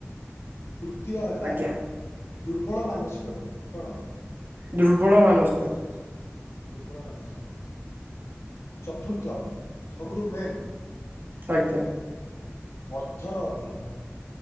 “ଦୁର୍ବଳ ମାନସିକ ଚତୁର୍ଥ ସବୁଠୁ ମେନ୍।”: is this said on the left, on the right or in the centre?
Left